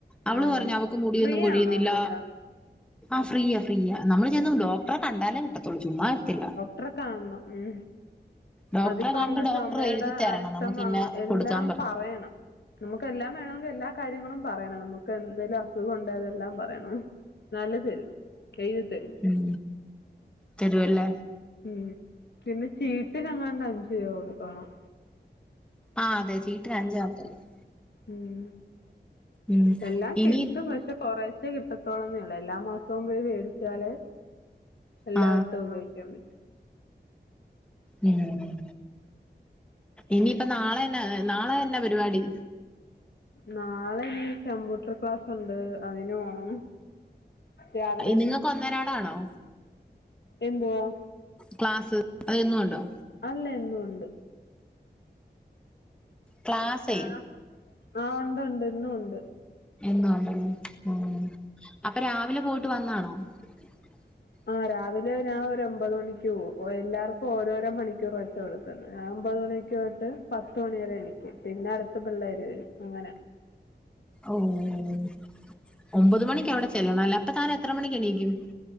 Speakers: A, in the centre; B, on the left (about 70°).
A: അവള്
B: ആണോ
A: പറഞ്ഞു അവക്ക് മുടിയൊന്നും
B: ഫ്രീ
A: കൊഴിയുന്നില്ല
B: ആണോ അവിടെല്ലാം
A: ആഹ് ഫ്രീയ ഫ്രീയ നമ്മള് ചെന്ന് ഡോക്ടറെ കണ്ടാലേ കിട്ടത്തോള്ളൂ ചുമ്മാ എത്തില്ല
B: ടറെ കാണണം ഉം
A: ഡോക്ടറെ
B: അതിപ്പോ
A: കണ്ട്
B: നമുക്ക്
A: ഡോക്ടർ
B: ചൊമേടെ
A: എഴുതി തരണം
B: അരിഷ്ടം
A: നമുക്ക്
B: വാങ്ങ
A: ഇന്ന
B: എല്ലാം
A: കൊടുക്കാൻ പറഞ്ഞു
B: പറയണം നമുക്ക് എല്ലാം വേണോങ്കി എല്ലാ കാര്യങ്ങളും പറയണം നമുക്ക് എന്തേലും അസുഖം ഉണ്ട് അതെല്ലാം പറയണം എന്നാലേ തരു എഴുതി തരും
A: ഉം തരുവല്ലേ
B: ഉം പിന്നെ ചീട്ടിനങ്ങാണ്ട് അഞ്ചുരൂപ കൊടുക്കണം
A: ആഹ് ആതെ ചീട്ടിന് അഞ്ചാന്ന് തോനുന്നു
B: ഉം
A: ഉം
B: എല്ലാം കിട്ടും
A: ഇനി
B: പക്ഷെ കൊറേ ച്ചെ കിട്ടത്തോളെന്നെള്ളു എല്ലാ മാസവും പോയി മേടിച്ചാലേ എല്ലാ
A: ആ
B: വട്ടവും ഉപയോഗിക്കാൻ പ
A: ഉം ഇനിയിപ്പ നാളെ നാളെ എന്ന പരിപാടി
B: നാളെ ഇനി കമ്പ്യൂട്ടർ ക്ലാസ്സ് ഉണ്ട് അതിന്ന് പോണം രാവിലെ
A: നിങ്ങക്ക്
B: പോവും
A: ഒന്നരാടാണോ
B: എന്തുവാ
A: ക്ലാസ്സ് അതെന്നും ഉണ്ടോ
B: അല്ല എന്നും ഉണ്ട്
A: ക്ലാസ്സേ
B: ആഹ് ഉണ്ട് ഉണ്ട് ഇന്നും ഉണ്ട്
A: എന്നും ഉണ്ടല്ലേ ഉം അപ്പൊ രാവിലെ പോയി
B: ഇങ്ങോട്ട് വന്ന്
A: <inaudible>
B: ആഹ് രാവിലെ ഞാൻ ഒമ്പത് മണിക്കൂ പോവും എല്ലാവർക്കും ഓരോരോ മണിക്കൂർ വെച്ച് കൊടുക്കുന്നു ഞാൻ ഒമ്പത് മണി ക്ക് തൊട്ട് പത്തുമണി വരെ എനിക്ക് പിന്നെ അടുത്ത പിള്ളേര് വരും അങ്ങന
A: ഓഹ് ഒമ്പത് മണിക്ക അവിടെ ചെല്ലണംല്ലേ അപ്പൊ താന എത്ര മണിക്ക് എണീക്കും